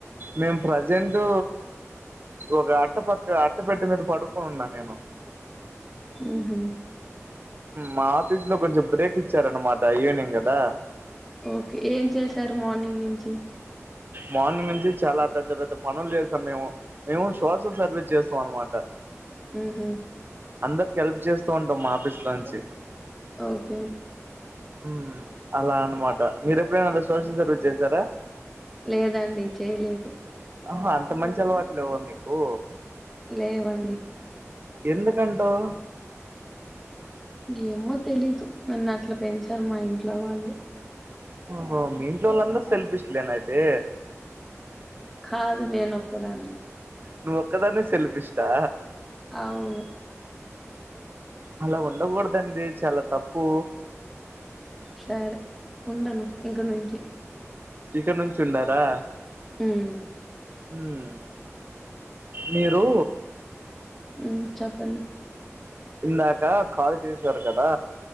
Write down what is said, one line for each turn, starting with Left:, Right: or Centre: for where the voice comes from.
Right: మేము ప్రజెంటూ. ఒక అట్ట పక్క అట్ట పెట్టె మీద పడుకోనున్నా నేను.
Centre: ఉహు.
Right: మా ఆఫీస్ లో కొంచెం బ్రేక్ ఇచ్చారన్నమాట ఈవెనింగ్ కదా.
Centre: ఓకే ఏం చేశారు మార్నింగ్ నుంచి.
Right: మార్నింగ్ నుంచి చాలా పెద్ద పెద్ద పనులు చేసాం మేము. మేము సోషల్ సర్వీస్ చేస్తాం అన్నమాట.
Centre: ఉహు.
Right: అందరికి హెల్ప్ చేస్తూ ఉంటాం మా ఆఫీస్ లాంచి
Centre: ఓకే
Right: వ్మ్ అలా అన్నమాట మీర ఎప్పుడైనా అలా సోషల్ సర్వీస్ చేశారా
Centre: లేదండి చేయలేదు
Right: ఆహా అంత మంచి అలవాట్ లేవ్వా మీకు
Centre: లేవండి
Right: ఎందుకంటవు
Centre: ఏమో తెలీదు నన్ను అట్లా పెంచారు మా ఇంట్లో వాళ్ళు
Right: ఓహో మీ ఇంట్లో వాళ్ళందరూ సెల్ఫీష్లేనా అయితే
Centre: కాదు నేనొక్కదాన్ని
Right: నువ్వ్ ఒక్కదానివి సెల్ఫ్ ఇష్టా
Centre: అవును
Right: అలా ఉండకూడదండి చాలా తప్పు
Centre: సరే ఉండను ఇంక నుంచి
Right: ఇక నుంచి ఉండారా
Centre: ఉమ్
Right: హ్మ్ మీరు
Centre: వ్మ్ చెప్పండి
Right: ఇందాక కాల్ చేసారు కదా